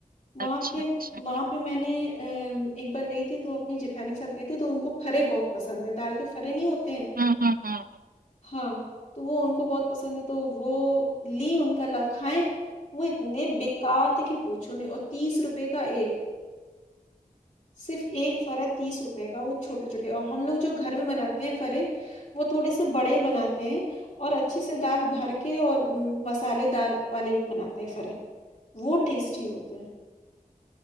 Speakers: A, on the left (about 50°); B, on the right (about 75°).
A: باپ
B: اچھا
A: کے
B: اچھا
A: باپ میں نے ایک بار گئی تھی تو اپنی جٹھانی کے ساتھ گئے تھے تو ان کو پھرے بہت پسند ہے دال کے پرے نہیں ہوتے ہیں
B: ہاں ہاں ہاں
A: ہاں تو وہ ان کو بہت پسند ہے تو وہ لی ان کا لوکھائیں وہ اتنے بیکار تھے کہ پوچھو نہیں اور تیس روپے کا ایک صرف ایک فرت تیس روپئے کا وہ چھوٹے چھوٹے اور ہم لوگ جو گھر میں بناتے ہیں وہ تھوڑے سے بڑے بناتے ہیں اور اچھے سے دال بھر کے اور مسالے دار والے بناتے ہیں فرق وہ ٹیسٹی ہوتا ہے